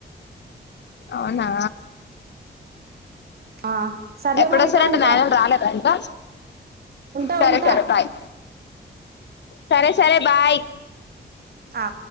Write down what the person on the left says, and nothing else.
అవునా
ఎప్పుడొస్తారంట
నాయనలు రాలేదా ఇంకా
సరే
సరే బాయ్ సరే సరే బాయ్